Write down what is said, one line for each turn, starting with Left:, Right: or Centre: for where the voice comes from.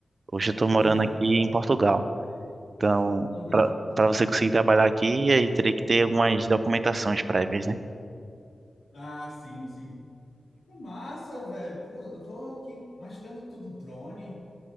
Right: Hoje eu tô morando
Left: Aham.
Right: aqui em Portugal. Então,
Left: Uhum.
Right: para para você conseguir trabalhar aqui, aí teria que ter algumas documentações prévias, né?
Left: Ah, sim, sim. Que massa, velho. Pô, eu tô aqui mastigando tudo. Drone,